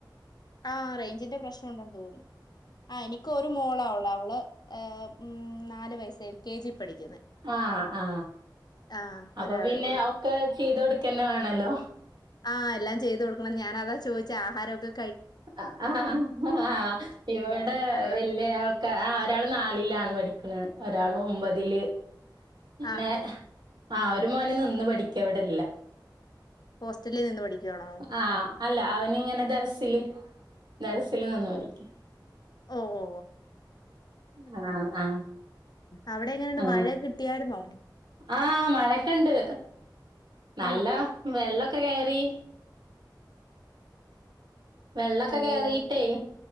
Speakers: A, on the left (about 60°); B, on the right (about 65°).
A: ആ റേഞ്ചിന്റെ പ്രശ്നം ഉണ്ടെന്ന് തോന്നുന്നു. ആ എനിക്ക് ഒരു മോളാവുള്ള അവ മം മം നാല് വയസ് എൽ കെ ജി പഠിക്ക
B: ആ ആ
A: ആഹ്
B: അപ്പൊ
A: ഒരാളേ
B: പിന്നെ
A: ഉള്ളൂ
B: ക്ക ചെയ്ത കൊടുക്കന്നെ വേണല്ലോ
A: ആ എല്ലാം ചെയ്ത് കൊടുക്കണം ഞാനതാ ചോദിച്ച ആഹാരം ഓക്കെ
B: ആ ആ
A: പിന്നെ
B: ഇവിടെ
A: അതുകൊണ്ട്
B: വലിയ ആൾക്കാ ആ ഒരാൾ നാലിലാണ് പഠിക്കുന്നത് ഒരാള് ഒമ്പതില് പിന്നെ
A: ആഹ്
B: അ ഒരു മോന് നിന്ന് പഠിക്ക ഇവിടല്ല
A: ഹോസ്റ്റലിൽ നിന്ന് പഠിക്കുവാണോ
B: അ അല്ല അവനിങ്ങനെ ദർ ദർസിൽ ദർസ് നിന്ന് പഠിക്കാം
A: ഓ ഓ
B: അ അ
A: അവിടെ എങ്ങനെയുണ്ട്
B: അ
A: മഴ കിട്ടിയായിരുന്നോ
B: ആ മഴൊക്ക ഇണ്ട് നല്ല
A: ആഹ്
B: വെള്ളൊക്കെ കയറി വെള്ളൊക്കെ
A: ഓഹ്
B: കേറീട്ടേയ്